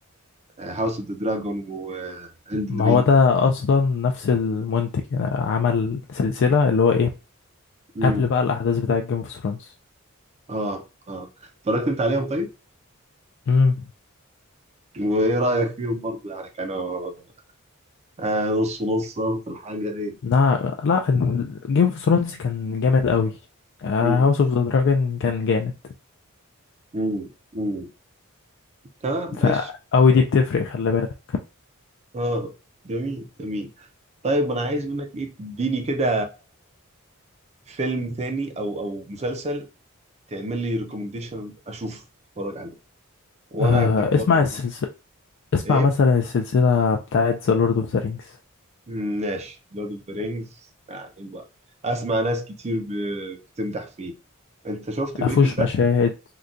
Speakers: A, on the right (about 30°); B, on the left (about 60°).
A: هاوس اوف ذا دراجون وإلدن
B: ما هو
A: رينج
B: ده أصلا نفس المنتج يعني عمل سلسلة اللي هو إيه
A: امم
B: قبل بقى الأحداث بتاعة جيم اوف ثرونز
A: اه اه اتفرجت انت عليهم طيب؟
B: امم
A: وايه رأيك فيهم برضه يعني كانوا آه نص نص في الحاجة ايه؟
B: لا لا جيم اوف ثرونز كان جامد أوي هاوس
A: امم
B: اوف ذا دراجون كان جامد
A: امم امم تمام
B: ف
A: ماشي
B: أوي
A: طيب.
B: دي بتفرق خلي بالك
A: اه جميل جميل طيب انا عايز منك ايه تديني كده فيلم ثاني او او مسلسل تعمل لي ريكومنديشن اشوف اتفرج عليه وانا
B: آه
A: هديك برضه
B: اسمع
A: رقم-
B: السلسلة اسمع
A: ايه
B: مثلا السلسلة بتاعت The Lord of the Rings
A: مم، ماشي لورد اوف ذا رينجز يعني بقى. اسمع ناس كتير ب- بتمدح فيه انت شفت بريكنج
B: مفهوش
A: باد
B: مشاهد